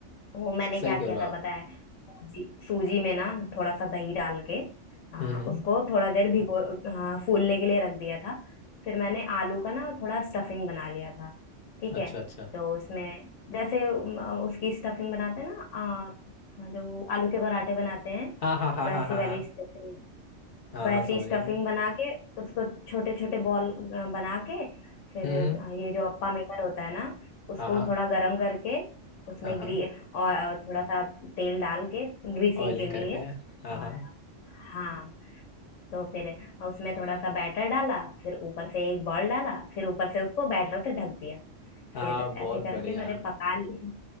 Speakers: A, on the left; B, on the left.
A: वो मैंने क्या
B: सही कह
A: किया
B: रहे
A: था
B: हो आप
A: पता है सूजी, सूजी में ना थोड़ा सा दही डाल के आ,
B: हम्म हम्म,
A: उसको थोड़ा देर भिगो आ, फूलने के लिए रख दिया था फिर मैंने आलू का ना थोड़ा स्टफिंग बना लिया था ठीक
B: अच्छा
A: है
B: अच्छा
A: तो उसमें जैसे उम, आ, उसकी स्टफिंग बनाते हैं ना आ, जो आलू के पराठे बनाते हैं
B: हाँ हाँ हाँ
A: वैसी
B: हाँ हाँ
A: वाली
B: हाँ
A: स्टफिंग
B: हाँ
A: वैसी
B: हाँ समझ
A: स्टफिंग
B: गया मैं
A: बना के उसको छोटे छोटे बॉल बना के फिर
B: हम्म
A: अ,
B: हम्म,
A: ये जो अप्पा मेकर होता है ना उसको
B: हाँ हाँ
A: थोड़ा गरम करके उसमें
B: हाँ हाँ
A: ग्री और थोड़ा सा तेल डाल के ग्रीसिंग
B: ऑयलिंग
A: के
B: करके
A: लिए
B: हाँ
A: और
B: हाँ
A: हाँ तो फिर उसमें थोड़ा सा बैटर डाला फिर ऊपर से एक बॉल डाला फिर ऊपर से उसको बैटर से ढक दिया
B: हाँ
A: फिर ऐसे
B: बहुत
A: करके
B: बढ़िया
A: मैंने पका लि-